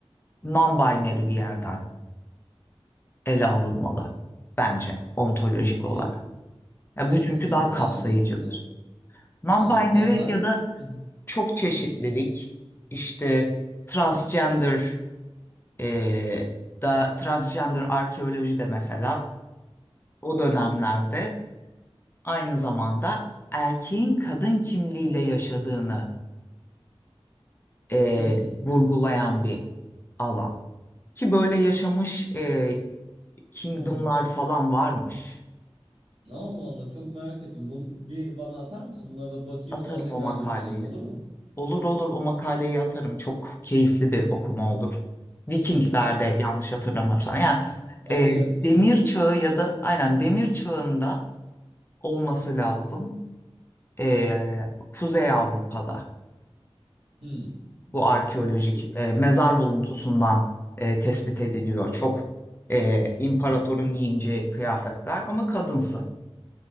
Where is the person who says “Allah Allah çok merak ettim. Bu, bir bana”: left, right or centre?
Right